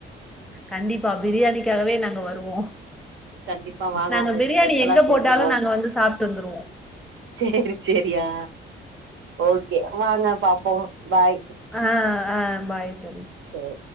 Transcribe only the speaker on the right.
கண்டிப்பா வாங்க
உங்களுக்கு
ஸ்பெஷலா
செஞ்சிருவோன்
செரி செரியா ஓகே வாங்க பாப்போ பாய்
சேரி